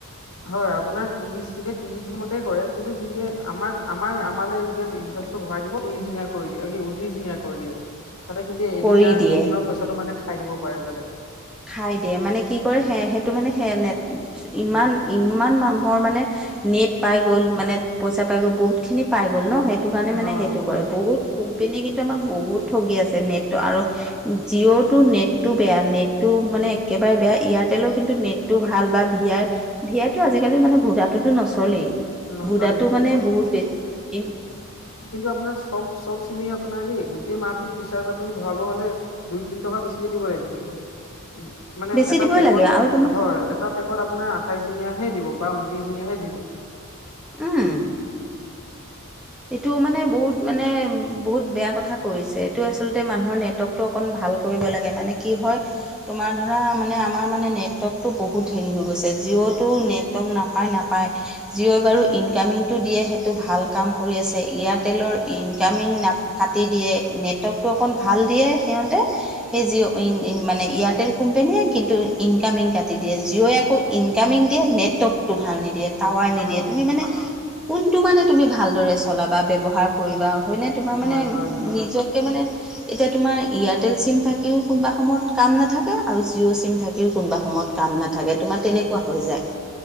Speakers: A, on the left; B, in the centre.
A: হয় আপোনাৰ ত্ৰিশ দিনে ত্ৰিশ দিন মতে। কৰে কিন্তু কিন্ত আমাক আমাৰ আমালে যেতিয়া ৰিচাৰ্ছটো ভৰাই দিব ত্ৰিশ দিনীয়া কৰি দিয়ে কি উনত্ৰিশ দিনীয়া। কৰি দিয়ে, তাতে সি এদিনাৰ
B: কৰি দিয়ে
A: এদিনৰ পইচাটো মানে খাই দিব পাৰে যাতে।
B: খাই দিয়ে মানে কি কৰে সে সেইটো মানে সে নেট ইমান ইমান মান। মোৰ মানে নেট পাই গ'ল মানে পইচা পাই গ'ল বহুত খিনি পাই গ'ল। গ'ল ন সেইটো কাৰণে মানে
A: হয়
B: সেইটো
A: হয়
B: কৰে বহুত কোম্পেনীয়ে কিন্তু আমাক বহুত। ঠগি আছে নেটটো আৰু জিঅ'টো নেটটো বেয়া নেট। নেটটো মানে একেবাৰে বেয়া এয়াৰটেলৰ কিন্তু নেটটো ভাল বা ভি আই ভি আইটো আজিকালি মানে ভু ডা টো। টো নচলেই
A: নচলে
B: ভুডাটো
A: কিন্তু
B: মানে বহুত বে <unintelligible>
A: কিন্তু আপোনাৰ চব- চব চিমেই আপোনাৰ দেই। গোটেই মাহটোত ৰিচাৰ্জ আপুনি ভৰাব হলে দুই তিন টকা বেছিকে দিব লাগিব কিন্তু। মানে
B: বেছি
A: এটা
B: দিবই
A: পেকত
B: লাগে আৰু তোমাৰ
A: হয় এটা পেকত আপোনাৰ আঠাইশ দিনীয়া হে। দিব বা ঊনত্ৰিশ দিনীয়াহে দিব।
B: উম। এইটো মানে বহুত মানে বহুত বেয়া কথা কৈছে এইটো আচলতে। মানুহৰ নেটৱৰ্কটো অকণ ভাল কৰিব লাগে, মানে কি হয় তোমাৰ ধৰা মানে, আমাৰ মানে নেটৱৰ্ক। টো বহুত হেৰি হৈ গৈছে, জিঅ' টো নেটৱৰ্ক নাপাই নাপাই, জিঅ'ই বাৰু ইনকামিং টো দিয়ে। সেইটো ভাল কাম। কৰি আছে, এয়াৰটেলৰ ইনকামিং নাট কাটি দিয়ে, নেটৱৰ্কটো অকণ ভাল দিয়ে। সিহঁতে, সেই জিঅ' ইন মানে এয়াৰটেল কোম্পেনীয়ে কিন্তু ইনকামিং কাটি দিয়ে, জিঅ' আকো। ইনকামিং দিয়ে, নেটৱৰ্কটো ভাল নিদিয়ে। টাৱাৰ নিদিয়ে,
A: হয়
B: তুমি মানে কোনটো মানে তুমি ভালদৰে চলা বা ব্যৱহাৰ। কৰিবা হয়নে তোমাৰ
A: হয়
B: মানে,
A: হয় হয়
B: নিজকে মানে। এতিয়া তোমাৰ এয়াৰটেল চিম থাকিও কোনোবা সময়ত কাম নাথাকে। আৰু জিঅ' চিম থাকিও কোনোবা সময়ত কাম নাথাকে, তোমাৰ তেনেকুৱা হৈ যায়।